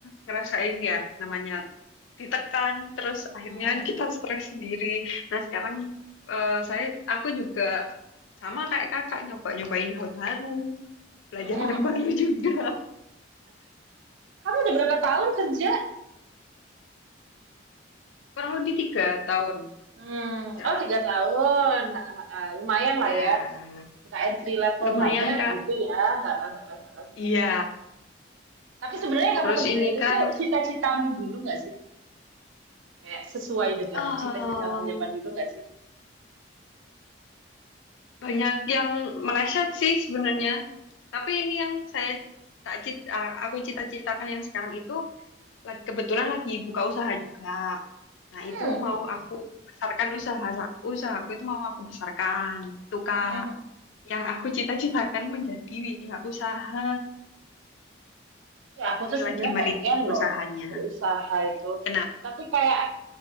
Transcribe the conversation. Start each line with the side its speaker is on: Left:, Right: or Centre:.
Left: ngerasain ya, namanya ditekan, terus akhirnya
Right: Mhm,
Left: kita stres sendiri. Nah sekarang
Right: mhm,
Left: eh, saya, aku juga sama kayak kakak nyoba nyobain hal baru, belajar
Right: mhm,
Left: hal
Right: mhm mhm.
Left: baru juga.
Right: Kamu udah berapa tahun kerja?
Left: <laughs> Kurang lebih tiga tahun
Right: Mmm,
Left: kerja.
Right: oh tiga tahun,
Left: Mm,
Right: heeh heeh, lumayan
Left: Ya,
Right: lah ya. nggak entry level
Left: lumayan
Right: banget
Left: kak.
Right: gitu ya. <laughs>
Left: Iya,
Right: Tapi sebenarnya yang
Left: terus
Right: kamu kerjain
Left: ini kan
Right: itu cita-citamu dulu nggak sih? Kayak sesuai dengan
Left: Em,
Right: cita-citamu zaman dulu nggak sih?
Left: banyak yang meleset sih sebenarnya. Tapi ini yang saya tak cit- a- aku cita-citakan yang sekarang itu la- kebetulan lagi buka usaha juga. Nah,
Right: Hmm.
Left: itu mau aku besarkan usaha sa- usahaku itu mau aku besarkan. Itu Kak,
Right: <laughs>
Left: yang aku cita-citakan menjadi wira usaha.
Right: Ya aku
Left: Ini
Right: tuh sebenarnya
Left: lagi merintis
Right: pengen loh
Left: usahanya.
Right: berusaha itu.
Left: Kenapa?
Right: Tapi kayak